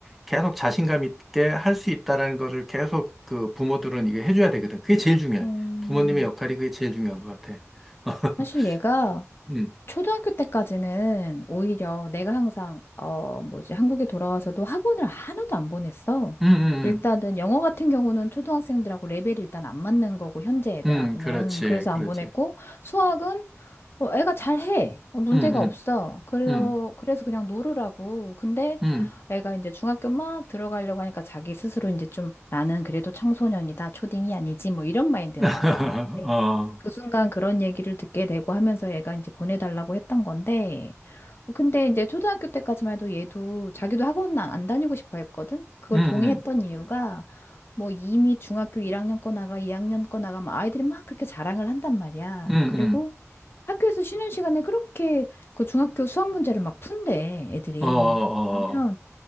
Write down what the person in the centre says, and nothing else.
계속 자신감 있게 할 수 있다라는 거를 계속 그 부모들은 이게 해줘야 되거든. 그게 제일 중요해.
부모님의 역할이 그게 제일 중요한 것 같아. <laughs>
음,
음, 음,
음, 음, 그렇지,
그렇지.
음, 음,
음,
음.
<laughs>
어,
음,
음,
음,
음, 어, 어,